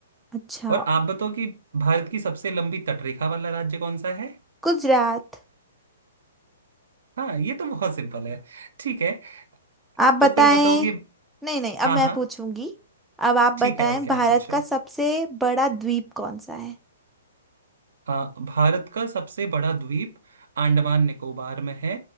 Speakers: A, in the centre; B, on the right.
A: अच्छा
B: और आप बताओ कि भारत की सबसे लंबी तटरेखा वाला राज्य कौन सा है
A: गुजरात
B: हाँ ये तो बहुत सिंपल है ठीक है
A: आप
B: तो
A: बताएं
B: फिर बताओ कि
A: नहीं नहीं
B: हाँ
A: अब मैं
B: हाँ
A: पूछूंगी अब आप
B: ठीक
A: बताएं
B: है ओके
A: भारत
B: आप पूछो
A: का सबसे बड़ा द्वीप कौन सा है
B: आ, भारत का सबसे बड़ा द्वीप अंडमान निकोबार में है